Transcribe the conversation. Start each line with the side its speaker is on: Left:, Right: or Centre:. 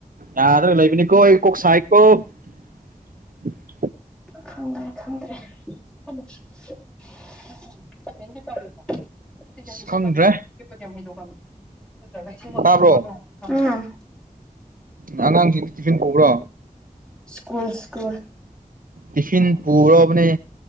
Right: ꯌꯥꯗ꯭ꯔꯒ ꯂꯩꯕꯅꯤꯀꯣ ꯑꯩ ꯀꯣꯛ ꯁꯥꯏꯀ‌ꯣ ꯫ ꯑꯣ
Centre: ꯈꯪꯗ꯭ꯔꯦ ꯈꯪꯗ꯭ꯔꯦ <unintelligible> <unintelligible>
Right: ꯑꯁ ꯈꯪꯗ꯭ꯔꯦ ꯇꯥꯕ꯭ꯔꯣ
Centre: <unintelligible> <unintelligible> ꯎꯝ
Right: ꯎꯝ ꯑꯉꯥꯡꯁꯤꯡꯗꯤ ꯇꯨꯏꯁꯟ ꯇꯧꯕ꯭ꯔꯣ?
Centre: School school.
Right: ꯇꯤꯐꯤꯟ ꯄꯨꯕ꯭ꯔꯣꯕꯅꯦ꯫